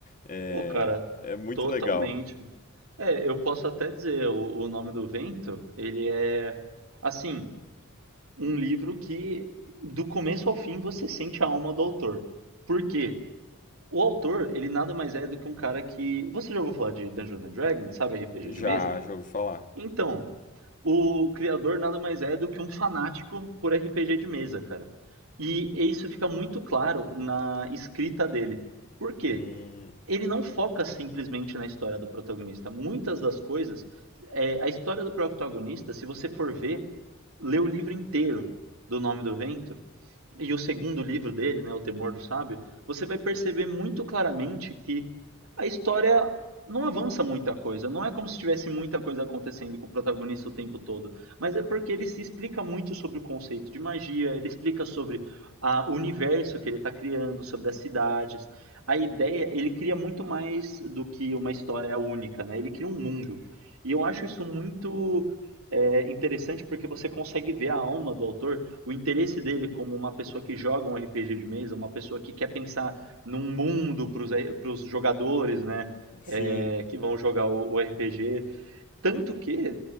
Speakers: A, on the left (about 40°); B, on the right (about 80°).
A: é,
B: Pô, cara,
A: é muito
B: totalmente.
A: legal.
B: É, eu posso até dizer, o, o Nome do Vento, ele é, assim, um livro que do começo ao fim você sente a alma do autor. Por quê? O autor, ele nada mais é do que um cara que... Você já ouviu falar de Dungeons and Dragons, sabe, RPG de
A: Já,
B: mesa?
A: já ouvi falar.
B: Então, O criador nada mais é do que um fanático por RPG de mesa, cara. E isso fica muito claro na escrita dele. Por quê?
A: Hum,
B: Ele não foca simplesmente na história do protagonista. Muitas das coisas, é, a história do protagonista, se você for ver, lê o livro inteiro do Nome do Vento, e o segundo livro dele, né, O Temor do Sábio, você vai perceber muito claramente que a história não avança muita coisa. Não é como se tivesse muita coisa acontecendo com o protagonista o tempo todo. Mas é porque ele se explica muito sobre o conceito de magia, ele explica sobre a, o universo que ele está criando, sobre as cidades. A ideia, ele cria muito mais do que uma história única, né? Ele cria um mundo. E eu acho isso muito é, interessante porque você consegue ver a alma do autor o interesse dele como uma pessoa que joga um RPG de mesa, uma pessoa que quer pensar num mundo para os jogadores, né?
A: sim,
B: É, que vão jogar o, o RPG. Tanto que